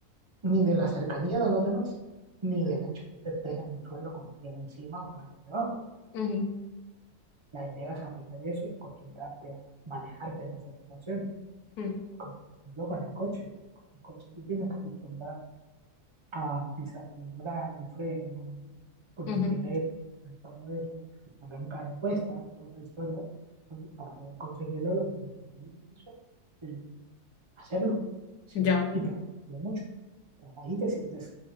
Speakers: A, on the right (about 35°); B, on the left (about 80°).
A: ni de la cercanía de los demás, ni del hecho de que estés en el suelo con alguien encima o con alguien debajo.
B: ujú,
A: La idea es aprender eso y acostumbrarte a manejarte en esa situación.
B: ujú,
A: Como, Por ejemplo, con el coche. Con el coche tú tienes que acostumbrar a pisar el embrague, el freno, poner
B: ujú.
A: primero, todo eso, arrancar encuestas, toda la historia. Entonces, para poder conseguirlo, lo que tienes que hacer es eso, eh, hacerlo, si
B: Ya.
A: no lo, y practicarlo mucho. ahí te sientes,